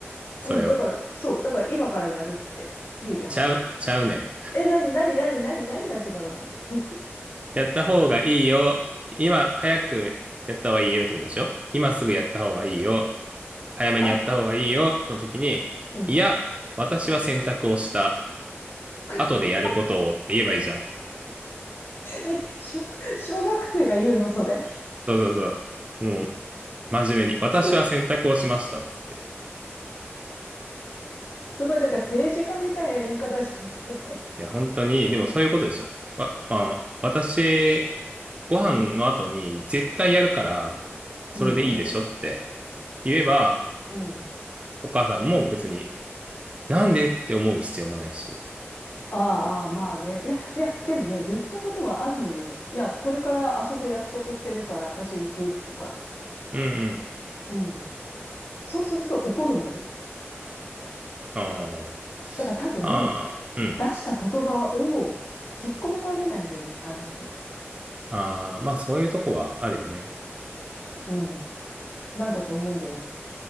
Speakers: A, on the right; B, on the left.
A: それを。
B: うん。だから、そう。だから今からやるって言うじゃん。
A: ちゃう、ちゃうねん。
B: え、なになになになに何が違うの <laughs>
A: やった方がいいよ。今、早くやった方がいいよってことでしょ今すぐやった方がいいよ。早めにやった方がいいよ。
B: あ、
A: の時に、
B: うん。
A: いや、私は選択をした。
B: <laughs>
A: 後でやることをって言えばいいじゃん。
B: え、しょ、小学生が言うのそれ <laughs>
A: そうそうそう。もう、真面目に。私は選択をしました。
B: す、
A: つって。
B: ごい、だから政治家みたいな言い方じゃん、それ。
A: いや、本当に、でもそういうことでしょ。わまあ、私、ご飯の後に絶対やるから、それでいいでしょって
B: うん。うん。
A: 言えば、
B: うん。
A: お母さんも別に、なんでって思う必要もないし。
B: ああ、まあね。いや、いや、でもね、言ったことはあんのよ。いや、これから遊ぶ約束してるから私行くとか。
A: うんうん。
B: うん。そうすると怒るのよ。
A: あー
B: だから多分、
A: ああうん。
B: 出した言葉を引っ込められないんだよね、あの人。
A: ああ、まあそういうとこはあるよね。
B: うん。なんだと思うんだよね。